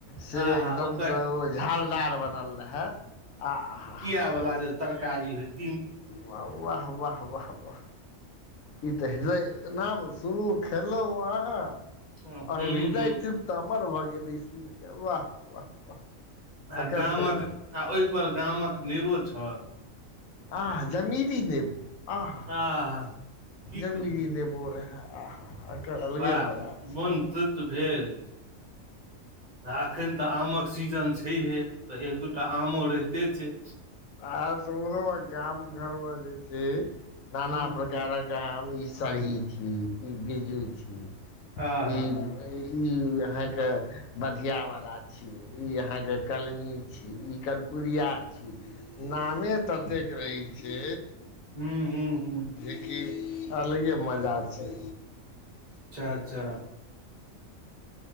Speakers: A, on the left (about 85°); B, on the right (about 35°).
A: से
B: आ
A: एकदम
B: हा ओकर
A: स ओ झालदार बनल रेहै आ हाहा
B: <unintelligible> वला जे तरकारी होइत
A: वाह वाह वाह वाह वाह ई तऽ हृदय नाम सुनू खेलौं आहाँ
B: हूँ
A: आ हृदय
B: हूँ
A: तृप्त हमर भऽ गेल ई सुइन के वाह वाह वाह
B: आ
A: एकर
B: गामक
A: तऽ
B: आ ओहिपर गामक नेबो छल
A: आह जमीरी नेबो आहा
B: आह की
A: जमीरी
B: कहू
A: नेबो रहै आहा एकर अलगे
B: बड़ा
A: मजा छै
B: मोन तृप्त भेल आ एखन तऽ आमक सीजन छैहे। एक दूटा आमो रहिते छै
A: आ सुनलौं गाम घरमे जे छै ना
B: हूँ
A: ना
B: हूँ
A: प्रकारक आम ई सरही छियै ई बिरजू छियै।
B: आह
A: ई अहाॅं के बधिया वाला छी ई अहाँके कलमी छी ई कर्पुरिया छी नामे ततेक रहै छै
B: हूँ हूँ हूँ
A: जे कि अलगे मजा छै
B: चाचा।